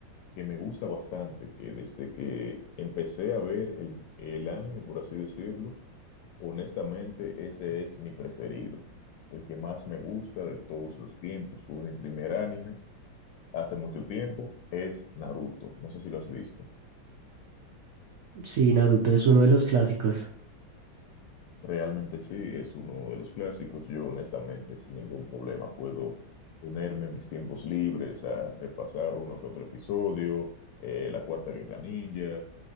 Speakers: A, on the left; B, on the right.
A: que me gusta bastante, que desde que empecé a ver el, el anime, por así decirlo, honestamente ese es mi preferido, el que más me gusta de todos los tiempos, fue mi primer anime hace mucho tiempo, es Naruto. No sé si lo has visto.
B: Sí, Naruto es uno de los clásicos.
A: Realmente sí, es uno de los clásicos. Yo honestamente sin ningún problema puedo ponerme en mis tiempos libres a repasar uno que otro episodio, eh, la Cuarta Guerra Ninja,